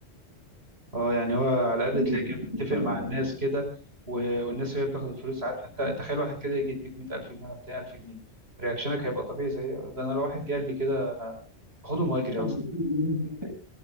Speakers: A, on the right; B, on the right.
A: اه يعني هو على الاقل
B: هي
A: تلاقي
B: حته
A: كان متفق
B: الثوره
A: مع
B: كده
A: الناس كده و- والناس اللي هي بتاخد الفلوس عارف انت تخيل واحد كده يجي يديك 100000 جنيه ولا 200000 جنيه رياكشنك هيبقى طبيعي زي ده انا لو واحد جه قال لي كده انا اخدهم واجري
B: خد
A: اصلا
B: 200 جنيه